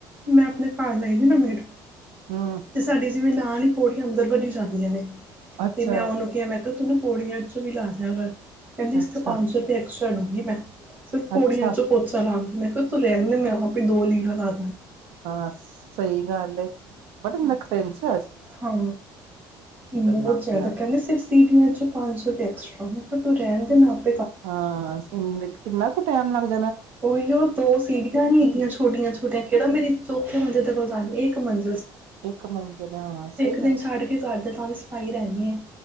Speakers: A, on the right; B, on the right.
A: ਮੈਂ ਆਪਣੇ ਘਰ ਲਾਈਦੀ ਨਾ ਮੈਡ
B: ਹਮ
A: ਤੇ ਸਾਡੀ ਜਿਵੇਂ ਨਾਲ ਨ ਪੌੜੀ ਅੰਦਰ ਬਣੀ ਜਾਂਦੀਆਂ ਨੇ
B: ਅੱਛਾ,
A: ਤੇ ਮੈਂ ਉਹਨੂੰ ਕਿਹਾ ਮੈਂ ਕਿਹਾ ਤੂੰ ਨਾ ਪੌੜੀਆਂ ਚ ਵੀ ਲਾ ਦਿਆਂ ਕਰ ਕਹਦੀ ਇਸਕੇ
B: ਅੱਛਾ,
A: ਪੰਜ ਸੌ ਰੁਏ ਐਕਸਟਰਾ ਲੂੰ ਵੀ ਵੱ ਸਿਰਫ ਪੌੜੀਆਂ
B: ਅੱਛਾ
A: ਚੋਂ ਪੋਚਾ ਲਾਨ ਮੈਂ ਕਿਹਾ ਤੂੰ ਰਹਿੰਦੇ ਮੈਂ ਆਪ ਹੀ ਦੋ ਲੀੜਾ ਖਾ
B: ਹਾਂ ਸਹੀ ਗੱਲ ਏ ਬਟਨ ਨਖਰੇ ਚ
A: ਹਾਂ ਬਹੁਤ
B: ਲੱਗ
A: ਜ਼ਿਆਦਾ
B: ਗਏ ਹਨ।
A: ਕਹਿੰਦੇ ਸਿਰਫ ਸਿੜੀਆਂ ਚੋਂ ਪੰਜ ਸੌ ਰੁਪ ਐਕਸਟਰਾ ਤੂੰ ਰਹਿਣ ਦੇ ਮੈਂ ਆਪ
B: ਹਾਂ ਸ ਕਿੰਨਾ ਟੈਮ ਲਗਦਾ
A: ਉਹੀ ਉਹ ਦੋ ਸੀੜੀਆਂ ਹੀਂ ਹੈਗੀਆਂ ਛੋਟੀਆਂ ਛੋਟੀਆਂ ਕਿਹੜਾ ਮੇਰੀ ਚੌਥੇ ਮੰਜੇ ਦੇ ਕੋਲ ਜਾ ਗਈ ਇੱਕ ਮੰਜੇ
B: ਇੱਕ ਮੰਜ਼ਿਲ ਹੈ, ਹਾਂ ਸਹੀ
A: ਦਿਨ
B: ਗੱਲ
A: ਛੱਡ ਕੇ ਕਰ ਦੇ ਤਾਂ ਵੀ ਸਫਾਈ ਰਹਿਣੀ ਹੈ